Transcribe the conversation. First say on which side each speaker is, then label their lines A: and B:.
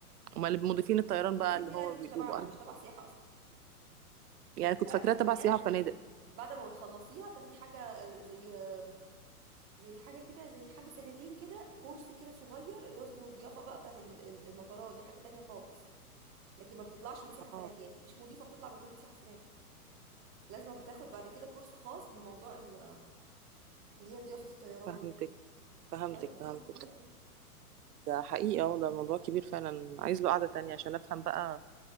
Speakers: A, on the right (about 80°); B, on the right (about 30°).
A: امال اللي مضيفين الطيران
B: المضيفين
A: بقى اللي
B: دي
A: هو
B: لا دي مش
A: بي-
B: تبعنا
A: بيبقوا أنهي؟
B: مش تبع سياحه اصلا دي
A: يعني
B: بتبقى
A: كنت فاكراه
B: اكاديميات
A: تبع سياحه وفنادق
B: بعد ما بتخلصيها بتاخدي حاجه آه، زي آه، زي حاجه كده زي حاجه سنتين كده كورس كده صغير اللي هو اسمه الضيافه بقى بتاعت ال- ال- المطارات دي حاجه تانية خالص لكن ما بتطلعش من سياحه فنادق
A: اه
B: يعني مفيش مضيفه بتطلع من كليه سياحه فنادق لازم بتاخد بعد كده كورس خاص بموضوع ال- اللي هي ضيافه الطيران
A: فهمتك
B: دي
A: فهمتك
B: لا ده موضوع
A: فهمتك
B: كبير قوي
A: ده حقيقي اه ده موضوع كبير فعلا عايز له قعده تانية عشان افهم بقى